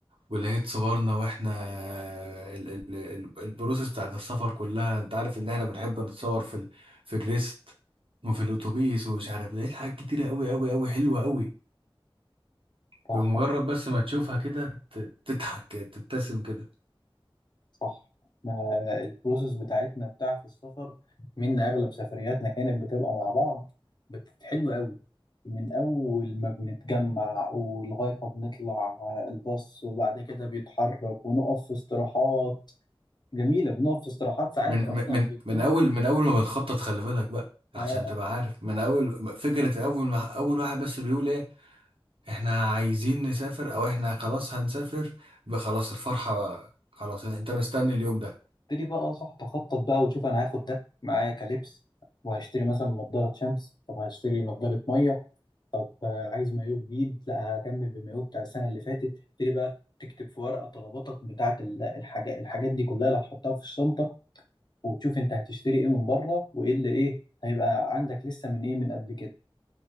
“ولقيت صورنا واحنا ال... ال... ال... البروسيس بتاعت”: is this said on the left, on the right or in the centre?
Right